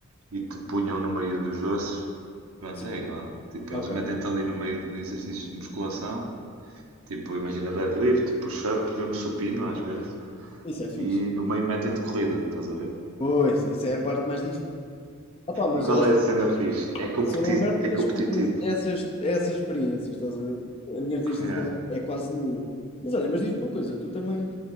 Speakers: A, on the right; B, on the left.
A: e te punham no meio dos doces, pronto,
B: Sim,
A: é igual. Tipo,
B: ok.
A: eles metem-te ali no meio de exercícios de musculação Tipo, imagina deadlift, push-up, mesmo supino às vezes.
B: Isso é fixe.
A: E no meio metem de corrida, estás a ver?
B: Pois, isso é a parte mais difícil. Opá, mas
A: E qual
B: lá está.
A: é a cena fixe? É,
B: Eu
A: competi
B: sou aberto
A: é
B: a experi-
A: competitivo.
B: a essas, a essas experiências, estás a ver? A minha resistência
A: Yeah.
B: é, é quase nula. Mas olha, mas diz-me uma coisa, tu também,